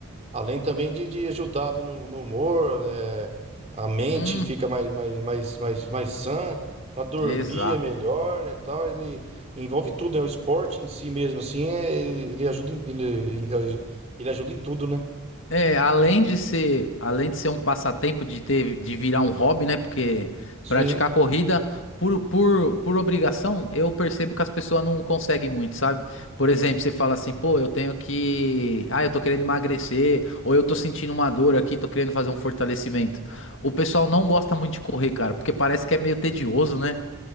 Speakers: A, on the right (about 30°); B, on the left (about 60°).
A: Além também de, de ajudar ali no, no humor, é, a mente
B: Hum,
A: fica mais, mais, mais, mais, mais sã, para dormir
B: exato.
A: é melhor, né, tal. Ele envolve tudo, né? O esporte em si mesmo, assim, é, ele ele ajuda em, ele, ele ajuda em tudo, né?
B: É, além de ser, além de ser um passatempo de ter, de virar um hobby, né? Porque
A: Sim,
B: praticar corrida por, por, por obrigação, eu percebo que as pessoas não conseguem muito, sabe? Por exemplo, você fala assim, pô, eu tenho que, ah, eu tô querendo emagrecer, ou eu tô sentindo uma dor aqui, tô querendo fazer um fortalecimento. O pessoal não gosta muito de correr, cara, porque parece que é meio tedioso, né?